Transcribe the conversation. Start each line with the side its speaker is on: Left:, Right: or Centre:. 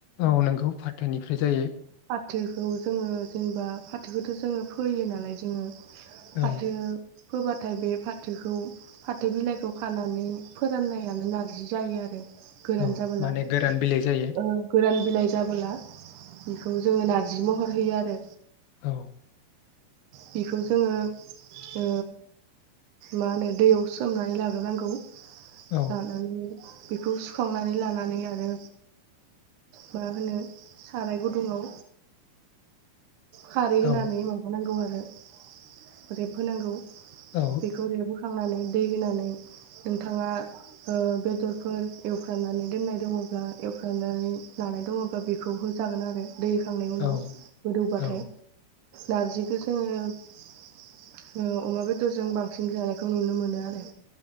Left: औ नोंगौ फाथोनिफ्राय जायो।
Right: फाथोखौ जोङो जेनेबा फाथोखौथ' जोङो फोयो नालाय जोङो। फाथो
Left: औ
Right: फोबाथाय बे फाथोखौ फाथो बिलाइखौ खानानै फोराननायानो नारजि जायो आरो गोरान
Left: औ
Right: जाबोला
Left: माने गोरान बिलाइ जायो
Right: ओ गोरान बिलाइ जाबोला बेखौ जोङो नारजि महर होयो आरो
Left: औ
Right: बेखौ जोङो ओ मा होनो दैयाव सोमनानै लाग्रोनांगौ
Left: औ
Right: लानानै बेखौ सुखांनानै लानानै आरो मा होनो साराय गुदुङाव खारै
Left: औ
Right: होनानै माबानांगौ आरो आरो रेब होनांगौ
Left: औ
Right: बेखौ रेबहोखांनानै दै होनानै नोंथाङा ओ बेदरफोर एवफ्रामनानै दोननाय दङब्ला एवफ्रामनानै लानाय दङब्ला बेखौ होजागोन आरो। दै होखांनाय उनाव
Left: औ
Right: गोदौ बा
Left: औ
Right: <unintelligible> नारजिखौ जोङो अमा बेदरजों बांसिन जानायखौ नुनो मोनो आरो।